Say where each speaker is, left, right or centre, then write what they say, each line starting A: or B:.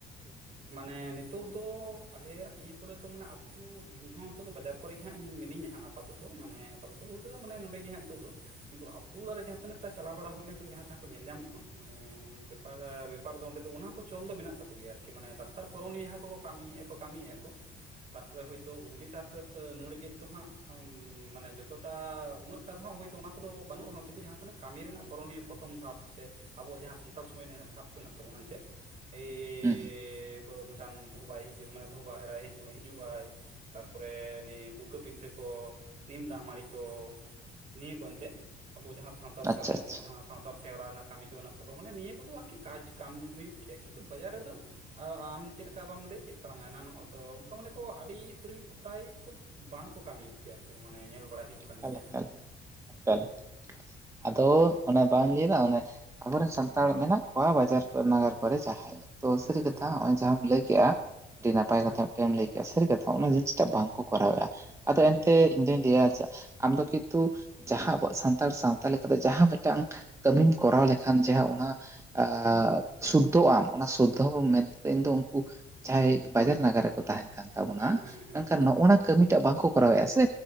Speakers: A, on the right (about 45°); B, on the right (about 15°).
A: ᱢᱟᱱᱮ ᱱᱤᱛ ᱱᱤᱛᱚᱜ ᱫᱚ ᱟᱞᱮᱭᱟᱜ ᱤᱭᱟᱹ ᱠᱚᱨᱮ ᱫᱚ, ᱢᱟᱱᱮ ᱟᱹᱛᱩ ᱤᱧᱦᱚᱸ ᱱᱤᱛᱚᱜ ᱫᱚ ᱵᱟᱡᱟᱨ ᱠᱚᱨᱮ ᱜᱮ ᱦᱟᱸᱜ ᱢᱤᱱᱟᱹᱧᱟ ᱦᱟᱸᱜ ᱟᱯᱟᱛᱚᱛᱚ ᱢᱟᱱᱮ ᱟᱯᱟᱛᱚᱛᱚ ᱵᱚᱞᱛᱮ ᱫᱚ ᱢᱟᱱᱮ ᱱᱚᱰᱮ ᱜᱮ ᱦᱟᱸ ᱱᱤᱛᱚᱜ ᱫᱚ ᱠᱤᱱᱛᱩ ᱟᱛᱳ ᱚᱲᱟᱜ ᱨᱮ ᱡᱟᱦᱟᱸ ᱛᱤᱱᱟᱹᱜ ᱴᱟ ᱪᱟᱞᱟᱣ ᱵᱟᱲᱟ ᱦᱩᱭ ᱞᱮᱱᱠᱷᱟᱱ ᱡᱟᱦᱟᱸ ᱡᱟᱦᱟᱸ ᱠᱚ ᱧᱮᱞ ᱧᱟᱢᱚᱜᱼᱟ᱾ ᱢᱟᱱᱮ ᱵᱮᱯᱟᱨ ᱵᱮᱯᱟᱨ ᱫᱚ ᱚᱸᱰᱮ ᱫᱚ ᱚᱱᱟ ᱠᱚ ᱪᱚᱞ ᱫᱚ ᱢᱮᱱᱟᱜ ᱛᱟᱠᱚ ᱜᱮᱭᱟ ᱟᱨᱠᱤ᱾ ᱢᱟᱱᱮ ᱰᱟᱠᱛᱟᱨ ᱠᱚᱨᱚᱱᱤᱭᱟᱹ ᱡᱟᱦᱟᱸ ᱠᱚᱠᱚ ᱠᱟᱹᱢᱤᱭᱮᱫᱼᱟ ᱠᱚ ᱠᱟᱹᱢᱤᱭᱮᱫᱼᱟ ᱠᱚ ᱛᱟᱨᱯᱚᱨᱮ ᱦᱳᱭᱛᱳ ᱩᱩᱜᱽᱞᱤ ᱥᱟᱨᱛᱮ ᱱᱟᱹᱬ ᱜᱮᱫ ᱫᱚ ᱦᱟᱸᱜ ᱢᱟᱱᱮ ᱡᱚᱛᱚ ᱴᱟ ᱩᱱᱟᱹᱜ ᱮᱴᱟ ᱫᱚ ᱦᱟᱜ ᱦᱳᱭᱛᱚ ᱚᱱᱟ ᱠᱚᱫᱚ ᱵᱟᱹᱱᱩᱜ ᱨᱮᱦᱚᱸ ᱠᱤᱱᱛᱩ ᱡᱟᱦᱟᱸ ᱛᱤᱱᱟᱹᱜ ᱠᱟᱹᱢᱤ ᱨᱮᱱᱟᱜ ᱠᱚᱨᱚᱱᱤᱭᱚ ᱯᱚᱛᱷᱚᱢ ᱫᱷᱟᱯ ᱥᱮ ᱟᱵᱚᱣᱟᱜ ᱡᱟᱦᱟᱸ ᱥᱟᱱᱛᱟᱲ ᱥᱚᱢᱟᱡᱽ ᱨᱮᱱᱟᱜ ᱡᱟᱦᱟᱸ ᱫᱷᱟᱯ ᱠᱚ ᱢᱮᱱᱟᱜᱱᱟᱜ ᱛᱟᱵᱚᱱᱟ ᱮᱱᱛᱮᱫ ᱮᱭᱻ᱾
B: ᱦᱩᱸ ᱦᱩᱸ
A: ᱢᱤᱫ ᱴᱟᱱ ᱫᱷᱚᱵᱟᱭ ᱦᱤᱡᱩᱜᱼᱟ ᱢᱟᱱᱮ ᱫᱷᱚᱵᱟ ᱮᱨᱟᱭ ᱦᱤᱡᱩᱜᱼᱟᱭ᱾ ᱛᱟᱨᱯᱚᱨᱮ ᱵᱩᱠᱟᱹ ᱯᱤᱴᱷᱟᱹ ᱠᱚ ᱱᱤᱢ ᱫᱟᱜ ᱢᱟᱹᱲᱤ ᱠᱚ᱾ ᱱᱤᱭᱟᱹ ᱠᱚ ᱮᱱᱛᱮ ᱟᱵᱚ ᱡᱟᱦᱟᱸ ᱫᱚ ᱥᱟᱱᱟ ᱥᱟᱱᱛᱟᱲ ᱥᱨᱚᱢᱟᱡᱽ
B: ᱟᱪᱪᱷᱟ ᱟᱪᱪᱷᱟ
A: ᱨᱮᱱᱟᱜ ᱡᱟᱦᱟᱸ ᱥᱟᱶᱛᱟᱨ ᱥᱮᱨᱣᱟ ᱨᱮᱱᱟᱜ ᱠᱟᱹᱢᱤ ᱠᱚ ᱢᱮᱱᱟᱜ ᱛᱟᱠᱚᱣᱟ᱾ ᱢᱟᱱᱮ ᱱᱤᱭᱟᱹ ᱠᱚᱫᱚ ᱟᱨᱠᱤ ᱠᱟᱡᱽᱠᱟᱢ ᱦᱩᱭᱩᱜ ᱜᱮᱭᱟ, ᱠᱤᱱᱛᱩ ᱠᱤᱱᱛᱩ ᱵᱟᱡᱟᱨ ᱨᱮᱫᱚ ᱟᱢ ᱪᱮᱫ ᱞᱮᱠᱟ ᱵᱟᱢ ᱞᱟᱹᱭ ᱠᱮᱫ ᱛᱟᱞᱟᱝᱟ ᱮᱱᱟᱝ ᱛᱚ ᱚᱱᱠᱟ ᱢᱚᱱᱮ ᱠᱚ ᱟᱹᱰᱤ ᱩᱛᱟᱹᱨᱮᱜᱮ ᱯᱨᱟᱭ ᱠᱚ ᱵᱟᱝᱠᱚ ᱠᱟᱹᱢᱤᱭᱮᱫ ᱜᱮᱭᱟ ᱠᱚ ᱢᱟᱱᱮ ᱧᱮᱞ ᱵᱟᱲᱟᱭ ᱦᱩᱭᱩᱜ
B: ᱮᱠᱟᱞᱻ
A: ᱠᱟᱱ ᱜᱮᱭᱟ
B: ᱮᱠᱟᱞᱻ
A: ᱦᱟᱸᱜ
B: ᱮᱠᱟᱞᱻ
A: ᱦᱩᱸ
B: ᱟᱫᱚᱻ᱾
A: ᱦᱮᱸ
B: ᱚᱱᱟ ᱵᱟᱧ ᱞᱟᱹᱭᱮᱫᱟ ᱚᱱᱮ ᱟᱵᱚᱨᱮᱱ ᱥᱟᱱᱛᱟᱲ ᱢᱮᱱᱟᱜ ᱠᱚᱣᱟ ᱵᱟᱡᱟᱨ ᱠᱚᱨᱮ ᱱᱟᱜᱟᱨ ᱠᱚᱨᱮ ᱡᱟᱦᱟᱸᱟᱭ ᱛᱚ
A: ᱦᱮᱸ
B: ᱥᱟᱹᱨᱤ ᱠᱟᱛᱷᱟ
A: ᱦᱮᱸ ᱦᱮᱸ
B: ᱦᱚᱸᱜ ᱚᱭ ᱡᱟᱦᱟᱸᱟᱢ ᱞᱟᱹᱭ ᱠᱮᱜᱼᱟ ᱟᱹᱰᱤ ᱱᱟᱯᱟᱭ
A: ᱦᱮᱸ
B: ᱠᱟᱛᱷᱟ ᱢᱮᱛᱴᱮᱱᱮᱢ ᱞᱟᱹᱭ ᱠᱮᱜ ᱟ ᱥᱟᱹᱨᱤ ᱠᱟᱛᱷᱟ ᱚᱱᱟ ᱡᱤᱱᱤᱥᱴᱟᱜ᱾ ᱡᱤᱱᱤᱥᱴᱟᱜ ᱵᱟᱝᱠᱚ ᱠᱚᱨᱟᱣᱮᱜᱼᱟ ᱟᱫᱚ ᱮᱱᱛᱮ ᱤᱧ ᱫᱩᱧ ᱞᱟᱹᱭᱟ ᱟᱢᱫᱚ ᱠᱤᱱᱛᱩ ᱡᱟᱦᱟᱸ ᱟᱵᱚᱣᱟᱜ ᱥᱟᱱᱛᱟᱲ ᱥᱟᱶᱛᱟ ᱞᱮᱠᱟᱛᱮ ᱡᱟᱦᱟᱸ ᱢᱤᱫᱴᱟᱝ ᱠᱟᱹᱢᱤᱢ ᱠᱚᱨᱟᱣ ᱞᱮᱠᱷᱟᱱ ᱡᱟᱦᱟᱸ ᱚᱱᱟ ᱟ ᱥᱩᱫᱽᱫᱷᱚᱜᱼᱟᱢ᱾ ᱚᱱᱟ ᱥᱩᱫᱽᱫᱷᱚ ᱢᱮᱱᱛᱮ ᱤᱧ ᱫᱚ ᱩᱱᱠᱩ ᱡᱟᱦᱟᱸᱭ ᱵᱟᱡᱟᱨ ᱱᱟᱜᱟᱨ ᱨᱮᱠᱚ ᱛᱟᱦᱮᱱ ᱠᱟᱱ ᱛᱟᱵᱚᱱᱟ,
A: ᱦᱮᱸ ᱦᱮᱸ ᱦᱮᱸ
B: ᱢᱮᱱᱠᱷᱟᱱ ᱱᱚᱜᱼᱚᱭ
A: ᱦᱮᱸ
B: ᱠᱟᱹᱢᱤ ᱵᱟᱝ ᱠᱚ ᱠᱚᱨᱟᱣᱮᱜᱼᱟ ᱥᱮ,